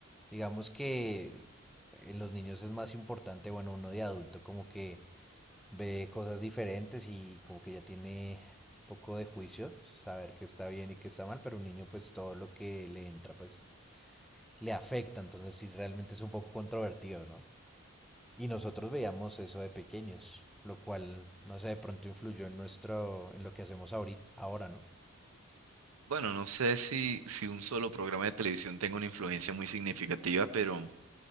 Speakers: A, in the centre; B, on the right.
A: digamos que en los niños es más importante, bueno, uno de adulto como que ve cosas diferentes y como que ya tiene un poco de juicio, saber qué está bien y qué está mal, pero un niño pues todo lo que le entra pues le afecta, entonces sí realmente es un poco controvertido, ¿no? Y nosotros veíamos eso de pequeños, lo cual, no sé, de pronto influyó en nuestro, en lo que hacemos ahorita, ahora, ¿no?
B: Bueno, no sé si, si un solo programa de televisión tenga una influencia muy significativa, pero